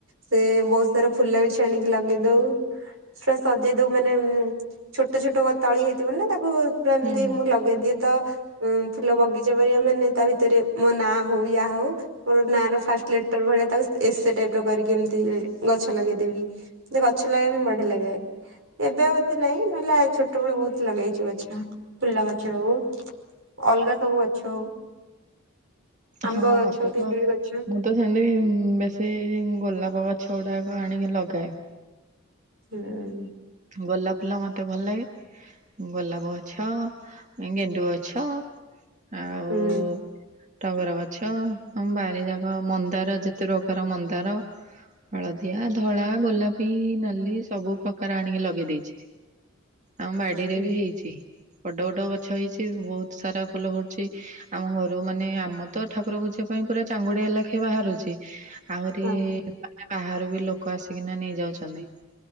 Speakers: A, on the right (about 70°); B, on the right (about 35°).
A: ସେ ବହୁତ ସାରା ଫୁଲ ଗଛ ଆଣିକି ଲଗେଇ ଦଉ ପୁରା ସଜେଇ ଦଉ ମାନେ ଛୋଟ ଛୋଟ ତଳି ହେଇଥିବ ନା ତାକୁ ପୁରା ଏମିତି
B: ହୁଁ ହୁଁ
A: ମୁଁ ଲଗ ଗ ଦିଏ ତ ଫୁଲ ବଗିଚା ପ ମାନେ ତା ଭିତରେ ମୋ ନା ହଉ ୟା ହଉ। ମୋର ନାଁ ର ଫାଷ୍ଟ ଲେଟର ଭଳିଆ ତାକୁ ଏସେ ଟାଇପ ର କରିକି ଏମିତି ଗଛ ଲଗେଇଦବି। ମତେ ଗଛ ଲଗେଇବା ପାଇଁ ବଢିଆ ଲାଗେ। ଏବେ ଆଉ ଏତେ ନାଇଁ ନହେଲେ ଆ ଛୋଟବେଳୁ ବୋହୁତ ଲଗେଇଛୁ ଗଛ। ଫୁଲ ଗଛ ହଉ ଅଲଗା ସବୁ ଗଛ ହଉ। ଆମ୍ବ
B: ହଁ
A: ଗଛ
B: ମତେ
A: ପିଜୁଳି
B: ତ
A: ଗଛ।
B: ମୁଁ ତ ସେମିତି ଉଁ ବେଶୀ ଗୋଲାପ ଗଛ ଗୁଡ଼ାକ ଆଣିକି ଲଗାଏ।
A: ହୁଁ।
B: ଗୋଲାପ ଫୁଲ ମତେ ଭଲ ଲାଗେ। ଗୋଲାପ ଗଛ ଗେଣ୍ଡୁ ଗଛ ଆଉ
A: ହୁଁ
B: ଟଗର ଗଛ ଆମ ବାରି ଯାଗ ମନ୍ଦାର ଯେତେ ପ୍ରକାର ମନ୍ଦାର ହଳଦିଆ ଧଳା ଗୋଲାପୀ ନାଲି ସବୁ ପ୍ରକାର ରା ଆଣିକି ଲଗେଇ ଦେଇଛି ଆମ ବାଡିରେ
A: ହୁଁ
B: ବି ହେଇଛି। ବଡ ବଡ ଗଛ ହେଇଛି ବୋହୁତ ସାରା ଫୁଲ ଫୁଟୁଛି ଆମ ଘରୁ ମାନେ ଆମ ତ ଠାକୁର ପୂଜା ପାଇଁ ପୁରା ଚାଙ୍ଗୁଡିଆ ଲାଖେ ବାହାରୁଛି ଆହୁରି
A: ହଁ
B: ମାନେ ବାହାରୁ ବି ଲୋକ ଆସିକିନା ନେଇଯାଉଛନ୍ତି।